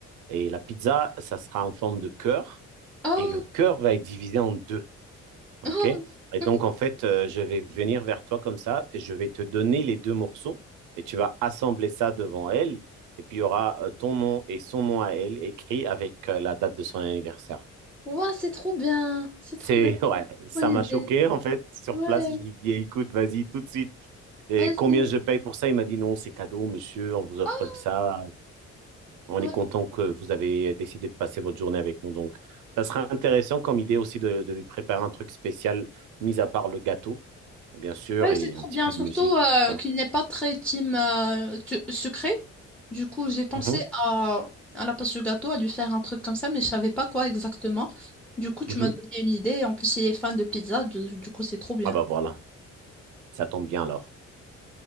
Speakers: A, on the right (about 85°); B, in the centre.
A: Et la pizza, ça sera en forme de cœur.
B: Oh!
A: Et le cœur va être divisé en deux. OK?
B: Oh!
A: Et
B: <laughs>
A: donc, en fait, euh, je vais venir vers toi comme ça et je vais te donner les deux morceaux et tu vas assembler ça devant elle. Et puis, il y aura euh, ton nom et son nom à elle écrit avec euh, la date de son anniversaire.
B: Ouah, c'est trop bien! C'est
A: C'est,
B: trop bien!
A: <laughs> ouais, ça
B: Bonne idée.
A: m'a choqué en fait. Sur
B: Ouais,
A: place, je lui ai dit, écoute, vas-y tout de suite. Et
B: ouais,
A: combien
B: c'est
A: je paye pour ça? Il m'a dit, non, c'est cadeau, monsieur, on vous offre
B: oh!
A: ça. On
B: ouais.
A: est content que vous avez décidé de passer votre journée avec nous. Donc, ça sera intéressant comme idée aussi de, de lui préparer un truc spécial, mis à part le gâteau, bien sûr,
B: Ouais,
A: et
B: c'est trop
A: un petit
B: bien.
A: peu
B: Surtout
A: de musique
B: euh,
A: et tout ça.
B: qu'il n'est pas très team euh, su- sucré. Du coup, j'ai pensé
A: Mhm,
B: à, à la place du gâteau, à lui faire un truc comme ça, mais je savais pas quoi exactement. Du coup, tu
A: mhm.
B: m'as donné une idée. En plus, il est fan de pizza. Du, du coup, c'est trop bien.
A: Ah bah voilà, ça tombe bien alors.